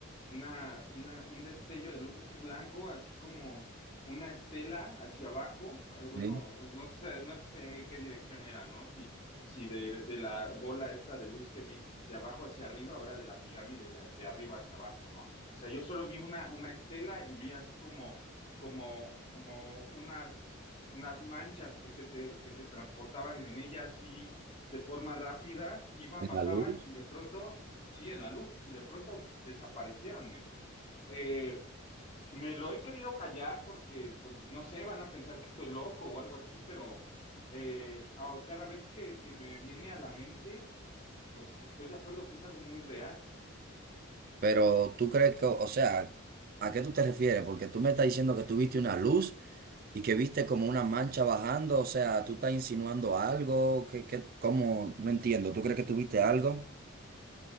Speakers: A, on the left (about 35°); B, on the right (about 45°).
A: una, una- un destello de luz así blanco, así como una estela hacia abajo, eh, bueno,
B: ¿Sí?
A: no sé, no sé qué dirección era, ¿no? Si, si de, de la bola esta de luz que vi de abajo hacia arriba, ahora de la pirámide de, de arriba hacia abajo, ¿no? O sea, yo solo vi una, una estela y vi así como, como, como unas, unas manchas que se, te, que se transportaban en ella así de forma rápida, iban,
B: ¿En
A: bajaban
B: la luz?
A: y de pronto, sí, en la luz, y de pronto desaparecieron, men. Eh, me lo he querido callar porque, pues, no sé, van a pensar que estoy loco o algo así, pero eh, a- cada vez que, que me viene a la mente, pues estoy de acuerdo que es algo muy real.
B: Pero tú crees que, o sea, ¿a qué tú te refieres? Porque tú me estás diciendo que tú viste una luz y que viste como una mancha bajando, o sea, ¿tú estás insinuando algo? ¿Qué, qué, cómo? No entiendo, ¿tú crees que tú viste algo?